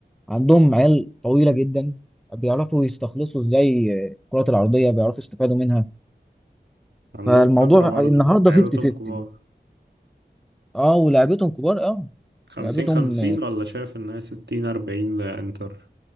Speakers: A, in the centre; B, on the right.
A: عندهم عيال طويله جدا بيعرفوا يستخلصوا ازاي الكرات العرضيه بيعرفوا يستفادوا منها
B: عندهم
A: فالموضوع
B: خبرة برضه
A: النهارده
B: لعيبتهم
A: 50 50
B: كبار
A: اه ولعبتهم كبار اه
B: خمسين
A: لعبتهم
B: خمسين ولا شايف انها ستين اربعين لانتر